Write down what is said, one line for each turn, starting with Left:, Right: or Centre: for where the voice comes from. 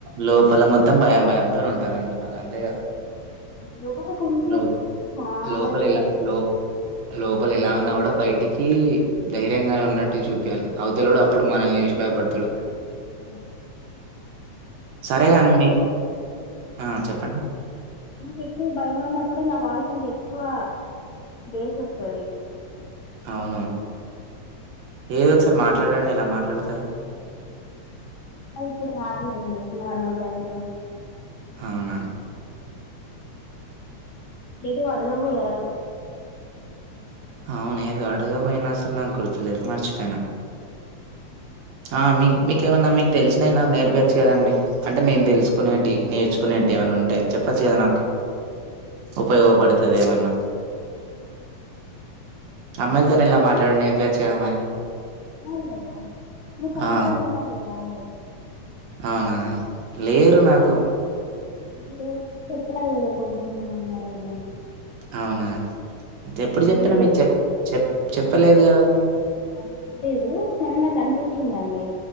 Right: లోపల మొత్తం భయం భయంతో ఉంటానంటున్నారు అంతే కదా
Left: లోపల కొంచెం
Right: లో
Left: చాలా
Right: లోపల
Left: క్రిటికల్
Right: ఎలా లో లోపల ఎలా ఉన్నా కూడా బయటికి ధైర్యంగా ఉన్నట్టు జుపియాలె అవతలకుడ అప్పుడు మనల్ని నేసి భయపడ్తడు.
Left: నాహ
Right: సరేగాన్ మీ ఆ చెప్పండి.
Left: నాకు ఎక్కువ భయమైనప్పుడే నా వాయిస్ ఇంకెక్కువ బేస్ వస్తది.
Right: అవును
Left: అ
Right: ఏదో ఒకసారి మాట్లాడండి ఎలా మాట్లాడత
Left: అద్ ఇప్పుడు రాద్ లేండి నార్మల్ టైంలో
Right: అవునా
Left: ఏదో అడగ పోయారు.
Right: అవును ఏదో అడుగ పోయినాస్సలు నాకు గుర్తులేదు మర్చిపెయ్ న ఆ మీ మీకేమన్నా మీకు తెల్సినయ్ నాక్ నేర్పియచ్చు కదండి అంటే నేన్ థెల్సుకునేటి, నేర్చుకునేట్ది ఏమన్నా ఉంటే చెప్పచ్చు కద నాకు, ఉపయోపడుతది ఏమన్నా అమ్మాయిలతోనే ఎలా మాట్లాని నేపియాచ్చు కదా మరి
Left: అమ్మాయిల్ తొట మీక్ ఆల్రెడి
Right: ఆ!
Left: ఉన్నారు కదా అండి.
Right: అవునా లేరు నాకు
Left: మీరు చెప్పారు కదా పొద్దున్న ఉన్నారని
Right: అవునా, తెప్పుడు
Left: మళ్ళీ
Right: చెప్పిన మీకు చె చెప్ చెప్పలేదు కదా
Left: నా ప్పలేదు కనీ నాకు అనిపిచ్చిందండి.